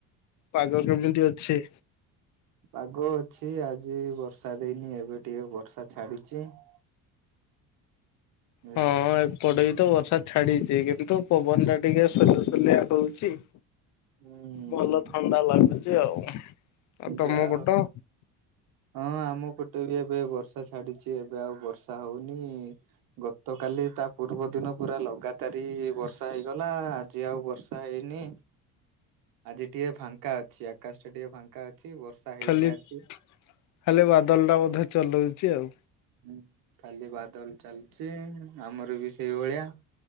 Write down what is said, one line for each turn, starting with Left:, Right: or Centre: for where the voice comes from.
Left: ପାଗ କେମିତି ଅଛି?
Right: ପାଗ ଅଛି ଆଜି ବର୍ଷା ଦେଇନି ଏବେ ଟିକେ ବର୍ଷା ଛାଡିଛି। <inaudible> ବୁଝିଲେ।
Left: ହଁ। ପଡେଇ ତ ବର୍ଷା ଛାଡିଛି କିନ୍ତୁ ପବନ ଟା ଟିକେ ସୁଲୁସୁଲିଆ ହଉଛି।
Right: ହୁଁ
Left: ଭଲ ଥଣ୍ଡା ଲାଗୁଛି ଆଉ ଆଉ ତମ
Right: ଯାହା
Left: ପଟ।
Right: ହଉ ହଁ ଆମ ଗଟେ ବି ଏବେ ବର୍ଷା ଛାଡିଛି ଏବେ ଆଉ ବର୍ଷା ହଉନି। ଗତକାଲି ତା ପୂର୍ବଦିନ ପୁରା ଲଗାତାରି ବର୍ଷା ହେଇଗଲା ଆଜି ଆଉ ବର୍ଷା ହେଇନି। ଆଜି ଟିକେ ଫାଙ୍କା ଅଛି ଆକାଶଟା ଟିକେ ଫାଙ୍କା ଅଛି ବର୍ଷା। ହେଇନି
Left: ଖାଲି
Right: ଆଜି।
Left: ଖାଲି ବାଦଲ ଟା ବୋଧେ ଚଲଉଛି ଆଉ।
Right: ହୁଁ ଖାଲି ବାଦଲ ଚାଲିଛି ଆମର ବି ସେଇଭଳିଆ।